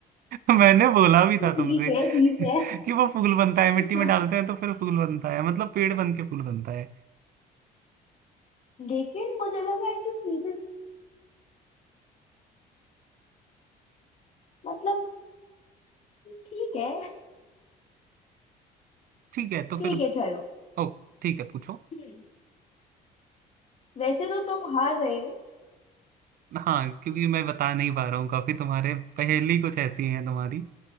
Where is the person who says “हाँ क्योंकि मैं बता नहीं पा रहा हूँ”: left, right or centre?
Right